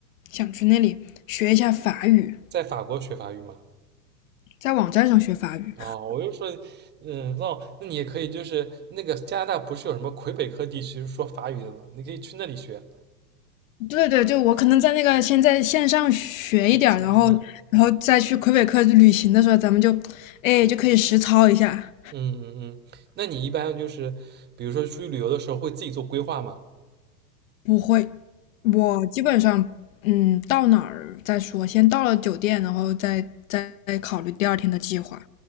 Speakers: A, on the left; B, on the right.
A: 想去那里学一下法语，
B: 在法国学法语嘛？
A: 在网站上学法语。
B: 啊，我就说，嗯，哦，那你也可以，就是那个加拿大不是有什么魁北克地区是说法语的吗？你可以去那里学。
A: <laughs> 对对，就我可能在那个先在线上学一点儿然后然后再去魁北克旅行的时候，
B: 是啊，
A: 咱们就哎就可以实操一下。
B: 嗯嗯嗯，那你一般就是，比如说出去旅游的时候会自己做规划吗？
A: 不会，我基本上，嗯，到哪儿再说，先到了酒店，然后再再考虑第二天的计划。